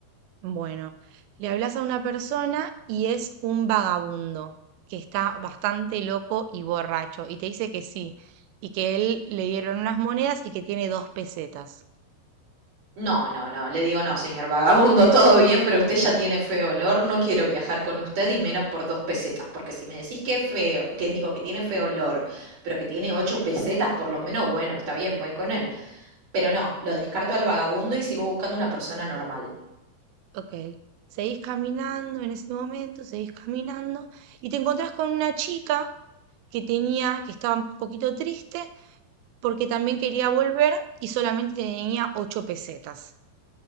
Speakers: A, on the right; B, on the right.
A: Bueno, le hablas a una persona y es un vagabundo que está bastante loco y borracho y te dice que sí y que él le dieron unas monedas y que tiene dos pesetas.
B: No, no, no, le digo no, señor vagabundo, <laughs> todo bien, pero usted ya tiene feo olor, no quiero viajar con usted y menos por dos pesetas, porque si me decís que es feo, que digo que tiene feo olor, pero que tiene ocho pesetas, por lo menos, bueno, está bien, voy con él. Pero no, lo descarto al vagabundo y sigo buscando una persona normal.
A: Ok, seguís caminando en ese momento, seguís caminando y te encontrás con una chica que tenía, que estaba un poquito triste porque también quería volver y solamente tenía ocho pesetas.